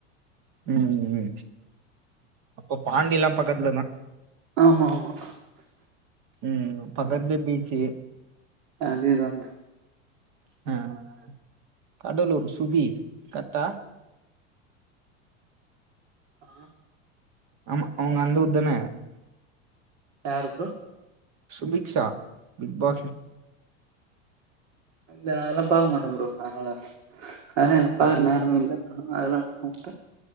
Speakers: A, on the right (about 55°); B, on the right (about 75°).
A: ம் ம் அப்ப பாண்டில்லாம் பக்கத்துல தா
B: ஆமா ஆமா
A: ம் பக்கத்து பீச்சி
B: அதேதா ப்ரோ
A: அ அ அ கடலூர் சுபி கர்ட்டா
B: ஆ
A: ஆமா அவுங்க அந்த ஊர்தான
B: யாரு ப்ரோ
A: சுபிக்ஷ்ஷா பிக்பாஸ்
B: இல்ல நா அதெல்லா பாக்க மாட்டே ப்ரோ அதனால அதெல்லா
A: அப்டியா
B: பாக்ற நேரமே இல்ல ஆ அதெல்லா பாக்க மாட்டே